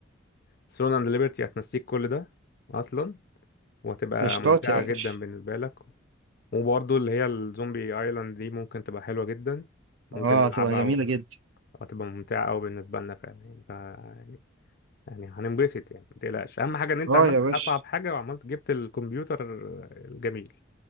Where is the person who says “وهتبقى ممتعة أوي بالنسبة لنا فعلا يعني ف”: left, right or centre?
Left